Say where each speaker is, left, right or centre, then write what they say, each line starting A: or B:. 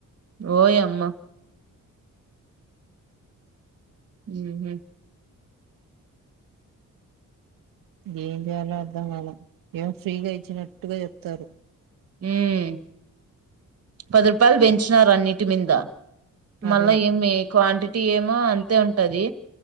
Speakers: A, on the right; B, on the right.
A: ఓయమ్మ మ్ హు
B: ఎంజేయాలో అర్థం కాల ఏం ఫ్రీగా ఇచ్చినట్టుగా చెప్తారు
A: మ్ పది రూపాయలు పెంచినారు అన్నిటిమింద మళ్ళా
B: అదే
A: ఏమి క్వాంటిటీ ఏమో అంతే ఉంటది